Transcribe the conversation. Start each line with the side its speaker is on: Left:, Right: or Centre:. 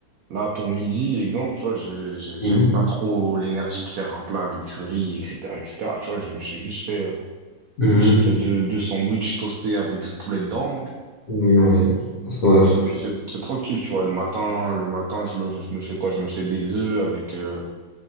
Right: Là, pour midi, exemple, tu vois, j'ai- j'ai- j'avais
Left: Mhm.
Right: pas trop l'énergie de faire un plat avec du riz, etc., etc. Tu vois, je me suis juste fait, euh,
Left: Mhm.
Right: je me suis fait deux, deux sandwichs toastés avec du poulet dedans.
Left: Oui, oui. Ça va
Right: Ouais,
Left: être.
Right: c'est, c'est, c'est tranquille, tu vois. Le matin, le matin, je me, je me fais quoi? Je me fais des œufs avec, euh,